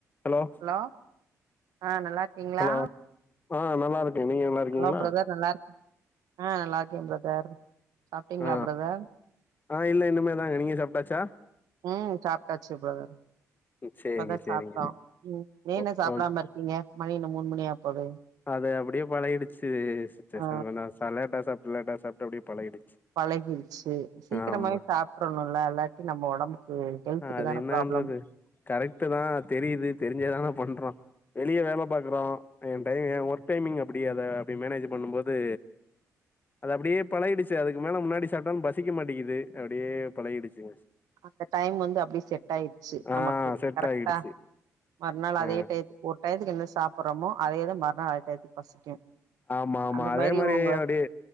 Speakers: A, on the left; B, on the right.
A: Hello
B: hello ஆ நல்லா இருக்கீங்களா
A: ஹலோ ஆ நல்லா இருக்க நீங்க நல்லா இருக்கீங்களா
B: ஹலோ பிரதர் நல்லா இரு ஆ நல்லா இருக்கே பிரதர் சாப்டிங்களா
A: ஆ
B: பிரதர்
A: ஆ இல்ல இனி மே தாங்க நீங்க சாப்ட்டாச்சா
B: ம் சாப்ட்டாச்சு பிரதர்
A: சேரிங்க
B: இப்பதா
A: சேரிங்க
B: சாப்ட்டோ ம் ஏ இன்னு
A: ஓ
B: சாப்டாம
A: ஓகே
B: இருக்கீங்க மணி என்ன மூணு மணியாபோது
A: அது அப்டியே பழகிடுச்சு சிஸ்டர்
B: ஆ
A: கொஞ்ச லேட்டா சாப்ட்டு லேட்டா சாப்ட்டு அப்டே பழகிடுச்சு
B: பழகிடுச்சு சீக்கிரமாவே
A: ஆமா
B: சாப்ட்றணுல்ல இல்லாட்டி நம்ம ஒடம்புக்கு ஹெல்த்துக்கு
A: ஆ அது
B: தான
A: என்னன்றது
B: ப்ராப்ளம்
A: கரெக்டு தா தெரியுது தெரிஞ்சாதான பண்றோ வெளிய வேல பாக்குறோ <unintelligible> ஒர்க் டைமிங் அப்புடி அத அப்டி மேனேஜ் பண்ணும் போது அது அப்டியே பழகிடுச்சு அதுக்கு மேல முன்னாடி சாப்ட்டாலு பசிக்க மாட்டெங்கிது அப்டியே பழகிடுச்சு
B: அந்த டைம் வந்து அப்டி செட் ஆயிருச்சு
A: ஆ
B: நமக்கு
A: செட்
B: கரெக்டா
A: ஆகிடுச்சு
B: மறுநாள் அதே
A: ஆ
B: டயத்துக்கு ஒரு டயத்துக்கு என்ன சாப்புட்றமோ அதேதா மறுநாள் அதே டயத்துக்கு பசிக்கு
A: ஆமா ஆமா
B: அந்த
A: அதே மாரி
B: உங்க
A: அப்டியே